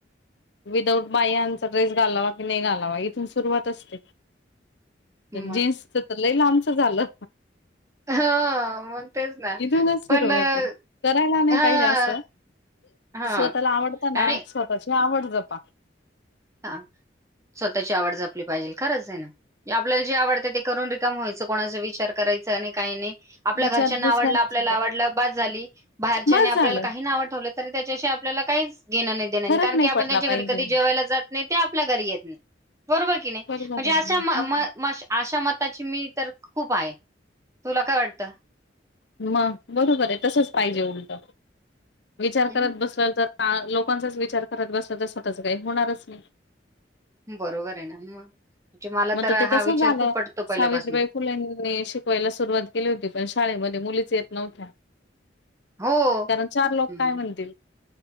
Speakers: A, on the left; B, on the right.
A: विदाऊट बाह्यांच्या ड्रेस घालावा की नाही घालावा इथून सुरुवात असते.
B: मग
A: जीन्सच तर लई लांबचं झालं
B: हां, मग तेच ना.
A: इथूनच सुरुवात
B: पण अ,
A: आहे करायला नाही
B: हां,
A: पाहिजे असं.
B: हां
A: स्वतःला आवडताना
B: आणि
A: स्वतःची आवड जपा.
B: हा स्वतःची आवड जपली पाहिजे खरंच आहे ना. आपल्याला जे आवडते ते करून रिकाम व्हायचं. कोणाचा करायचा नाही काय नाही आपल्या
A: विचार
B: घरच्या ना
A: दुसऱ्यांच
B: आवडल आपल्याला आवड बास झाली. बाहेर
A: बस
B: आपल्याला
A: झालं
B: काही नाव ठेवलं तरी त्याच्याशी आपल्याला काहीच घेण नाही देन नाही.
A: फरक
B: कारण की आपण
A: पडला
B: त्यांच्या
A: पाहिजे
B: घरी कधी जेवायला जात नाही ते आपल्या घरी येत नाही. बरोबर की नाही
A: बरोबर
B: म्हणजे अशा
A: आहे हा
B: म अशा मताची मी तर खूप आहे तुला काय वाटत?
A: म बरोबर आहे तसच पाहिजे उलट विचार
B: हं.
A: करत बसल तर लोकांचाच विचार करत बसत तर स्वतःच काही होणारच नाही.
B: बरोबर आहे ना मग मला
A: मग तर ते
B: हा
A: तस
B: विचार
A: झालं
B: खूप पटतो पहिल्यापासून.
A: सावित्रीबाई फुलेंनी शिकवायला सुरुवात केली होती पण शाळेमध्ये मुलीच येत नव्हत्या
B: हो.
A: कारण चार लोक
B: हं.
A: काय म्हणतील.